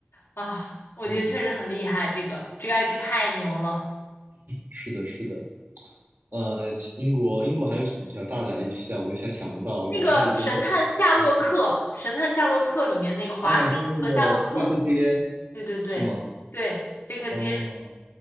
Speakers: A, on the left; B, on the right.
A: 啊，我觉得确实很厉害，
B: 嗯，
A: 这个这个 IP 太牛了。
B: 是的，是的。呃，其英国英国还有什么比较大的 IP 啊？我一下想不到，
A: 那个《神探夏洛克》，
B: 感觉哈利波特呃
A: 《神探夏洛克》里面那个华生和夏洛克，
B: 啊，在那个贝克街
A: 对对对对，
B: 是吗？
A: 贝克街，
B: 哦，